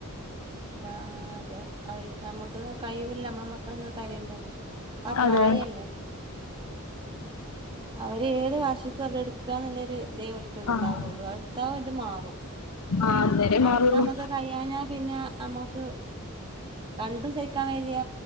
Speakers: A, on the right (about 25°); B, on the left (about 85°).
A: ഇതാ അതെ അവരിക്ക് നമ്മുക്ക് കഴിയൂല്ല നമ്മളെ മക്കളിങ്ങെനെ കരയുമ്പോ ആ പ്രായല്ലെ.
B: അതെ
A: അവര് ഏത് ഭാഷക്കും അവരട്ത്ത് ക്കന്ന്ല്ലൊരു ദേവൽ ഉണ്ടാവൊള്ളു
B: ആഹ്
A: അടുത്താവ് ഓല്ത് മാറും.
B: ആഹ് അന്നേരേ
A: അത്
B: മാറുള്ളൂ
A: ഇട്ത്താ ക്കമ്മക്ക് കഴയാഞ്ഞാ പിന്നെ. നമ്മക്ക് കണ്ടും സഹിക്കാൻ വയ്യ.